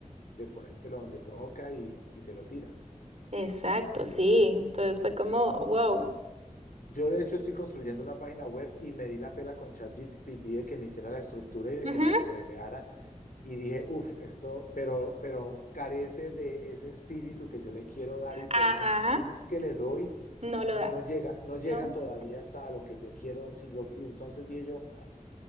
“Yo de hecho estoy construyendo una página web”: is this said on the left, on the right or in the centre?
Left